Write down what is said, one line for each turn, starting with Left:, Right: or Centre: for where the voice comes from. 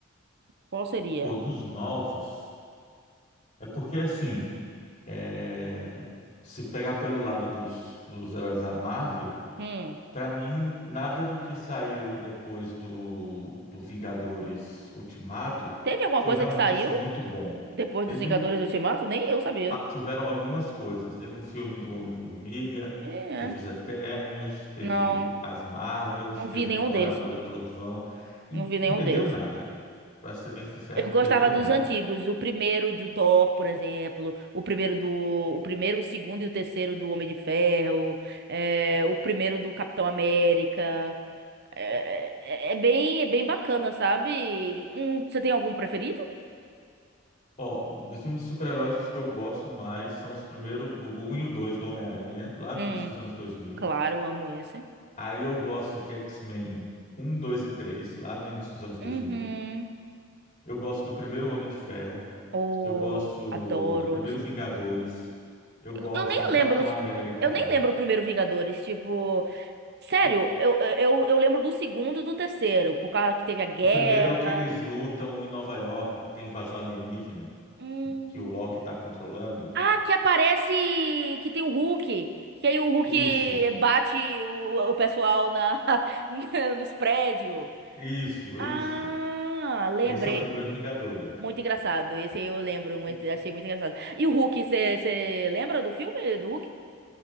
Right: qual seria?
Left: Pô, dos novos, é porque assim, é, se pegar pelo lado dos, dos heróis da Marvel,
Right: Hum,
Left: pra mim, nada do que saiu depois do, do Vingadores Ultimato
Right: teve alguma
Left: foi
Right: coisa
Left: realmente
Right: que saiu
Left: assim muito bom.
Right: depois
Left: Teve
Right: dos Vingadores Ultimato? Nem eu sabia.
Left: Ah, tiveram algumas coisas. Teve um filme do Homem-Formiga,
Right: É,
Left: teve Os Eternos, teve
Right: não.
Left: as Marvels,
Right: Não
Left: teve
Right: vi nenhum
Left: Thor,
Right: desse.
Left: Amor e Trovão. E
Right: Não vi nenhum
Left: Não perdeu
Right: desse.
Left: nada. Para ser bem sincero,
Right: Eu
Left: não
Right: gostava
Left: perdeu
Right: dos
Left: nada.
Right: antigos, o primeiro do Thor, por exemplo, o primeiro do, o primeiro, o segundo e o terceiro do Homem de Ferro, é, o primeiro do Capitão América. É, é- é bem, é bem bacana, sabe? Hum, você tem algum preferido?
Left: Ó, dos filmes de super-heróis, os que eu gosto mais são os primeiros, o 1 e o 2 do Homem-Aranha, lá
Right: Hum,
Left: do início dos anos dois mil
Right: claro, amo esse.
Left: Aí eu gosto de X-Men um 2 e 3 lá no início dos anos dois
Right: Uhum.
Left: mil Eu gosto do primeiro Homem de Ferro,
Right: Oh,
Left: Eu gosto
Right: adoro
Left: do primeiro
Right: esse
Left: Vingadores.
Right: filme.
Left: Eu
Right: Eu,
Left: gosto
Right: eu nem
Left: do
Right: lembro
Left: Capitão
Right: os,
Left: América.
Right: pr- eu nem lembro o primeiro Vingadores, tipo, Sério,
Left: O
Right: eu, eu, eu lembro do segundo e do terceiro, por causa que teve a guerra.
Left: o primeiro é o que eles lutam em Nova York, que tem invasão alienígena,
Right: Hum.
Left: que o Loki está controlando.
Right: Ah, que aparece que tem o Hulk. Que aí o Hulk
Left: Isso,
Right: bate o, o pessoal na, <laughs> nos prédios.
Left: isso,
Right: Ah,
Left: isso.
Right: lembrei.
Left: Esse é o primeiro Vingadores.
Right: Muito engraçado. Esse aí eu lembro muito,
Left: E-
Right: achei muito engraçado. E o Hulk, você lembra do filme do Hulk?